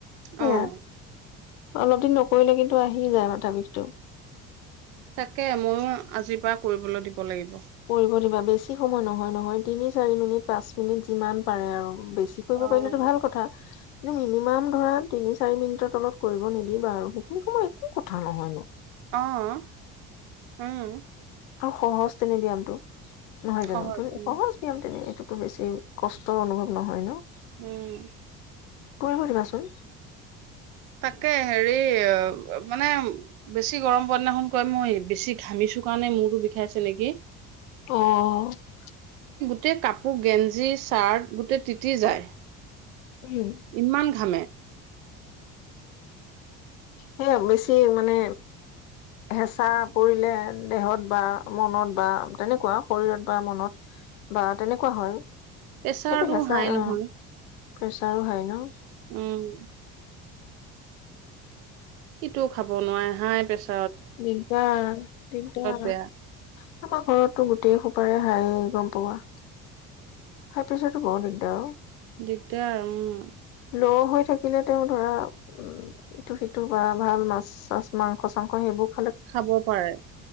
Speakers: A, on the left; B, on the right.
A: সেয়া
B: অ'
A: অলপ দিন নকৰিলে কিন্তু আহিই যায় মাথা বিষটো।
B: তাকে, ময়ো আজিৰ পৰা কৰিবলৈ দি ক লাগিব।
A: কৰিব দিবা বেছি সময় নহয় - নহয়, তিনি চাৰি মিনিট পাঁচ মিনিট যিমান পাৰে আৰু। বেছি কৰিব
B: অ',
A: পাৰিলেটো ভাল কথা। কিন্তু মিনিমাম ধৰা তিনি চাৰি মিনিটৰ তলত কৰিব নিদিবা আৰু সেইখিনি সময় একো কথা নহয় ন।
B: অহ ', উম',
A: আৰু সহজ তেনেই ব্যায়ামটো। নহয়
B: সহজ
A: জানো তুমি,
B: উম,
A: সহজ নিয়ম তেনেই এইটো। টো বেছি কষ্ট অনুভৱ নহয় ন?
B: উমম।
A: <unintelligible> শুনিবাচুন
B: তাকে হেৰিই মানে বেছি গৰম পোৱা দিনাখন কয় মই বেছি ঘামিছো কাৰণে মূৰটো বিষাইছে নেকি?
A: অহ ',
B: গোটে কাপো গেঞ্জী, চাৰ্ট গোটে তিতি যায়।
A: উম
B: ইমান ঘামে।
A: হেই বেছি মানে হেঁচা পৰিলে দেহত বা মনত বা তেনেকোৱা শৰীৰত বা মনত বা তেনেকোৱা হয়।
B: প্ৰেচাৰটো
A: সেইটো হেঁচাই
B: হাই
A: অ
B: নহয়।
A: প্ৰেছাৰো হাই ন।
B: উম। ইটোও খাব নোৱাই হাই প্ৰেছা-
A: দিকদাৰ - দিকদাৰ,
B: বেয়া
A: আমাৰ ঘৰতটো গোটেই সোপাৰে হাই। গম পোৱা। হাই প্ৰেছাৰতটো বৰ দিগদাৰ অ',
B: দিগদাৰ উম',
A: ল' হৈ থাকিলে তেওঁ ধৰা উম ', ইটো সিটো বা ভাল মাছ চাছ মাংস চাংস ক হেইবোৰ।
B: খাব পাৰে।